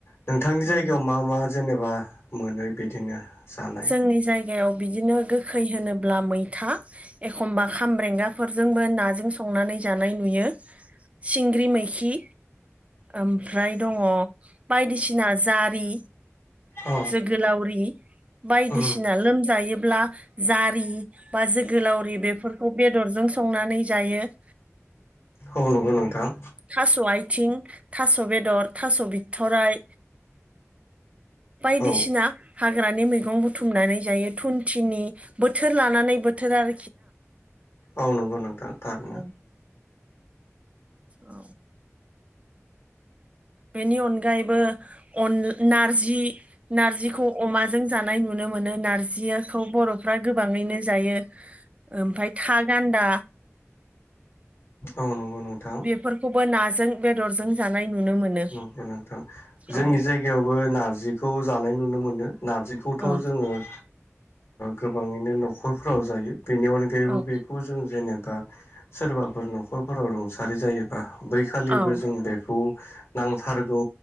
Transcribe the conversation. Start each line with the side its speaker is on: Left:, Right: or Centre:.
Left: नोंथांनि
Right: औ
Left: जायगायाव मा मा जेनेबा मोनो बिदिनो जानाय
Right: जोंनि जायगायाव बिदिनो गोखै होनोब्ला मैथा एखमबा खामब्रेंगाफोरजोंबो नाजों संनानै जानाय नुयो सिंग्रि मैखि ओमफ्राय दङ बायदिसिना जारि
Left: औ
Right: जोगोलावरि बायदिसिना
Left: उम
Right: लोमजायो ब्ला जारि बा जोगोलावरि बेफोरखौ बेदरजों संनानै जायो। <inaudible>
Left: औ नंगौ नोंथां।
Right: थास' आथिं थास' बेदर थास' बिथथराइ बायदिसिना
Left: औ
Right: हाग्रानि मैगं बुथुमनानै जायो थुनथिनि बोथोर लानानै बोथोर आर
Left: औ नंगौ नोंथां थारैनो।
Right: औ औ। बेनि अनगायैबोन अन नारजि नारजिखौ अमाजों जानाय नुनो मोनो नारजिखौ बर'फ्रा गोबाङैनो जायो। ओमफ्राय था गान्दा
Left: औ नंगौ। नोंथां
Right: बेफोरखौबो नाजों बेदरजों जानाय नुनो मोनो
Left: नंगौ नोंथां
Right: औ
Left: जोंनि जायगायावबो नारजिखौ जानाय नुनो मोनो। नारजिखौथ'
Right: औ
Left: जोङो ओ गोबाङैनो न'खरफ्राव जायो। बेनि अनगायैबो
Right: औ
Left: बेखौ जों जेनेबा सोरबाफोर न'खरफोराव रुंसारि जायोबा बैखालिबो
Right: औ
Left: जों बेखौ नांथारगौ